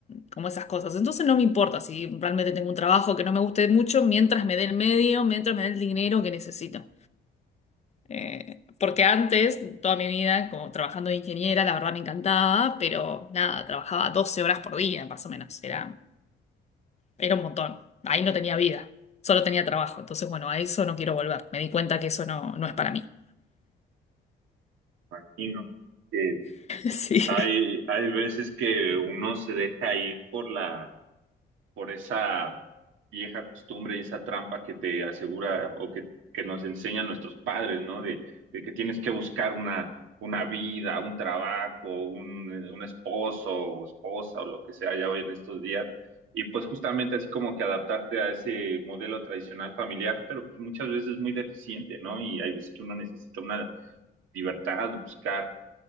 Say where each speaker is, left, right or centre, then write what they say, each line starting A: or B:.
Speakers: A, on the left (about 35°); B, on the right (about 85°).
A: como esas cosas. Entonces no me importa si realmente tengo un trabajo que no me guste mucho, mientras me dé el medio, mientras me dé el dinero que necesito. Eh, porque antes, toda mi vida, como trabajando de ingeniera, la verdad me encantaba, pero nada, trabajaba 12 horas por día, más o menos. Era era un montón. Ahí no tenía vida, solo tenía trabajo. Entonces, bueno, a eso no quiero volver. Me di cuenta que eso no, no es para mí.
B: Imagino que
A: <laughs> Sí.
B: hay, hay veces que uno se deja ir por la por esa vieja costumbre y esa trampa que te asegura o que, que nos enseñan nuestros padres, ¿no? De, de que tienes que buscar una, una vida, un trabajo, un, eh, un esposo o esposa o lo que sea ya hoy en estos días. Y pues justamente así como que adaptarte a ese modelo tradicional familiar, pero pues muchas veces muy deficiente, ¿no? Y hay veces que uno necesita una libertad, buscar